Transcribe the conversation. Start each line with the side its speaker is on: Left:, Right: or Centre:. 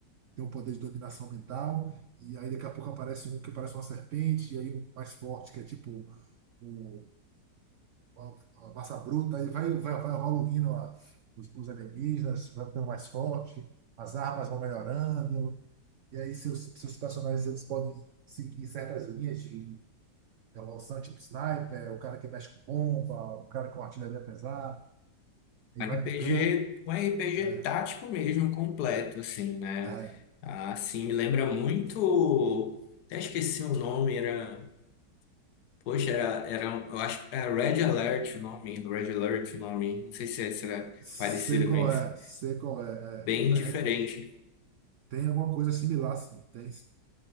Right: tem um poder de dominação mental, e aí daqui a pouco aparece um que parece uma serpente, e aí um mais forte, que é tipo o, a, a massa bruta, aí vai, vai, vai evoluindo a- os, os alienígenas, vai ficando mais forte, as armas vão melhorando, e aí seus, seus personagens eles podem seguir certas linhas de evolução, tipo sniper, o cara que mexe com bomba, o cara com artilharia pesada, e
Left: RPG,
Right: vai ganha.
Left: um RPG
Right: É,
Left: tático mesmo, completo, assim, né?
Right: é.
Left: Ah, Assim, me lembra muito. Até esqueci o nome, era. Poxa, era, era, um- eu acho que era Red Alert o nome, Red Alert o nome, não sei se esse era
Right: Sei
Left: parecido
Right: qual
Left: com esse.
Right: é, sei qual é.
Left: Bem diferente.
Right: é. é, Tem alguma coisa similar, sim. Tem, sim.